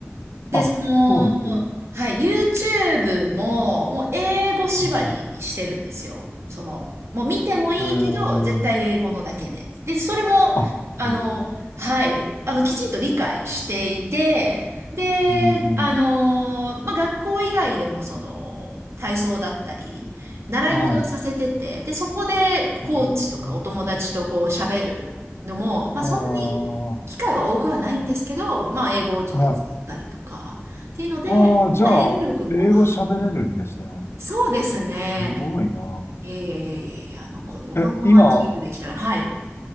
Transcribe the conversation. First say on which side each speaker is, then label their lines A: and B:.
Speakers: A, on the right (about 70°); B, on the left (about 60°).
A: で、
B: あ、
A: その、
B: そうなんですよ。
A: はい、YouTube も、もう英語縛りにしてるんですよ。
B: うん、
A: その、もう見てもいいけど、
B: えー、
A: 絶対英語のだけね。で、それも、
B: あ、
A: あの、
B: えー、
A: はい、あの、きちんと理解していて、で、
B: うんうん。
A: あの、まあ、学校以外でも、その、体操だったり、習い事をさせてて、
B: はい。
A: で、そこで、コーチとかお友達とこう喋るのも、
B: うーん、
A: まあ、
B: ああ、
A: そんなに、機会は多くはないんですけど、まあ、英語をちょっとたりとか。
B: はい。
A: っていうので、
B: ああ、じゃあ、
A: まあ英語力も。
B: 英語喋れるんですね。
A: そうですね。
B: すごいな。
A: いやいやいやいやいや、まあ、こうでもこのままキープできたら、
B: え、今、
A: はい。